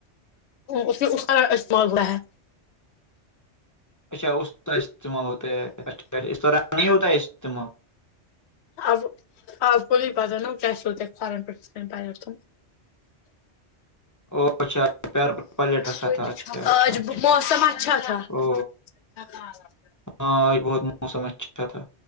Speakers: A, on the left; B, on the left.
A: اس اس کا استعمال ہوڑا ہے
B: اچھا اس کا استعمال ہوتا ہے اچھا اا اس طرح نہیں ہوتا ہے استعمال
A: اب آپ کوول ہی پتہ ن کیا س کورن پیھ ک پ
B: او اچھا پیار پر پلیٹ رکھا
A: <inaudible>
B: تھا اچھا اچھا
A: آج
B: اچھا
A: موسم چا تھا <inaudible>
B: او ہاں بہت موسم اچھا تھا